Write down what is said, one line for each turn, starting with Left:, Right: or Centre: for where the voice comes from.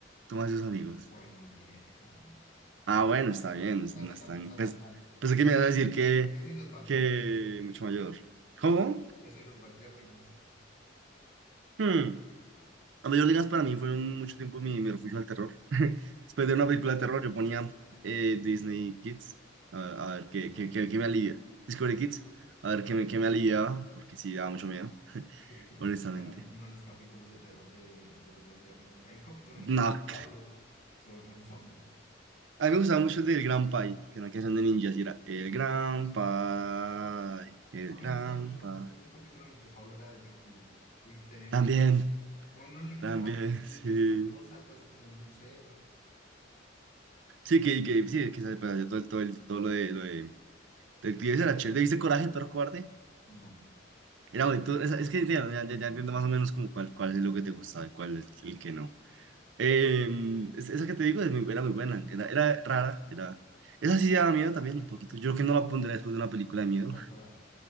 Right: tú más tus amigos?
Left: por ahí unos 10 años,
Right: Ah, bueno, está bien, no es
Left: así
Right: no es
Left: tampoco
Right: tan...
Left: está
Right: Pues,
Left: tan mal.
Right: pensé
Left: Por
Right: que me ibas
Left: eso,
Right: a decir que,
Left: eso y los Backyardigans,
Right: que mucho mayor. ¿Cómo?
Left: eso y los Backyardigans.
Right: Hmm. La mayor digas para mí fueron mucho tiempo mi, mi refugio al terror. <laughs> Después de una película de terror yo ponía eh, Disney Kids, a, a ver qué,
Left: Discovery
Right: qué, qué-
Left: Kids.
Right: qué me alivia. Discovery Kids, a ver qué me, qué me aliviaba, porque sí, daba mucho miedo,
Left: Y que, que nos
Right: honestamente.
Left: tocarán uno de los capítulos de terror de, de los Backyardigans. Hay un capítulo en
Right: No,
Left: el que Pablo se volvió un zombie.
Right: A mí me gustaba mucho el del Gran Pai, que era una canción de ninjas y era el Gran Pai, el
Left: A
Right: Gran
Left: mí me gustaba mucho
Right: Pai.
Left: un, un capítulo en el que Pablo era detective y tenían
Right: También,
Left: que. Uno en el
Right: también,
Left: que roban un, un
Right: <laughs>
Left: día
Right: sí.
Left: una cosa, algo así como un museo.
Right: Sí, que, que, sí, que se pues, hacía todo, el- todo, el- todo lo de, lo de, del tío ese era chévere. ¿Le viste Coraje, el perro cobarde?
Left: No,
Right: Era bonito. Es, es que
Left: coraje,
Right: ya, ya,
Left: no.
Right: ya-
Left: no.
Right: ya entiendo más o menos como cuál, cuál es lo que te gustaba y cuál es el que no. Eh, es- esa que te digo es muy- era muy buena, era, era rara, era... Esa sí daba miedo también un poquito. Yo creo que no la pondría después de una película de miedo.
Left: ¿Cuál coraje?